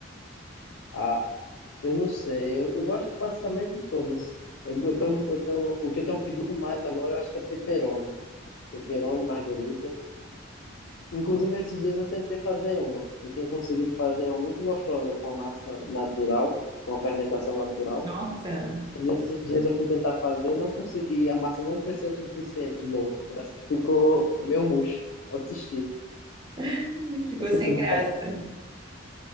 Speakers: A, on the left (about 80°); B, on the right (about 20°).
A: ah, eu não sei. Eu, eu gosto de basicamente todas. Eu, eu tenho, eu tenho, o que eu tenho pedido mais agora, eu acho que é pepperoni. Pepperoni, marguerita. Inclusive, esses dias eu tentei fazer uma. Eu tenho conseguido fazer uma muito gostosa com a massa natural, com a fermentação natural.
B: Nossa,
A: Mas esses dias eu fui tentar fazer, não consegui. A massa não cresceu o suficiente de novo. Parece que ficou meio murcha. Eu desisti. Eu
B: <laughs> ficou
A: costumo
B: sem graça.
A: fazer.